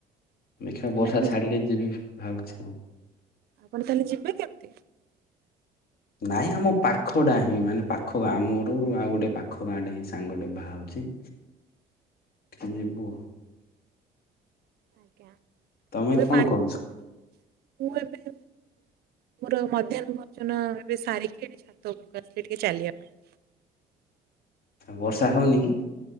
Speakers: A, on the left; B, on the right.
A: ଦେଖିବା
B: ତାହେଲେ
A: ବର୍ଷା
B: ଆପଣ
A: ଛାଡିଲେ
B: ଯିବେ କେମିତି?
A: ଯିବି ଭାବୁଛି ମୁଁ।
B: ଆପଣ ତାହେଲେ ଯିବେ କେମତି?
A: ନାଇଁ ଆମ ପାଖଟା ହିଁ ମାନେ ପାଖା ଆମର ଆଉ ଗୋଟେ ପାଖ ଗାଁଟେ ହିଁ ସାଙ୍ଗଟେ ବାହାରୁଛି ଯିବୁ
B: ଆଞା
A: ତମେ
B: ଏବେ
A: କଣ
B: ପାଣି
A: କରୁଛ?
B: ମୁ ଏବେ ମୋର ମଧ୍ୟାହ୍ନ ଭୋଜନ ଏବେ ସାରିକି ଏଠି ଛାତ ଉପରକୁ ଆସିଚି ଟିକେ ଚାଲିବାପାଇଁ
A: ବର୍ଷା ହୋଉନିକି?